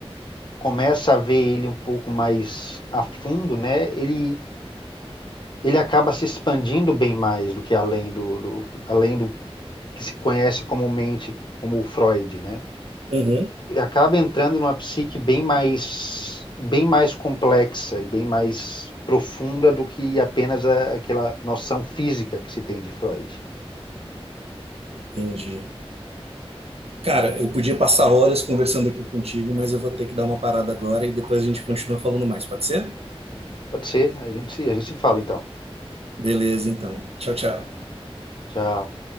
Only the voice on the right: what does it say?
Uhum,
entendi. Cara, eu podia passar horas conversando aqui contigo, mas eu vou ter que dar uma parada agora e depois a gente continua falando mais, pode ser?
Beleza, então. Tchau, tchau.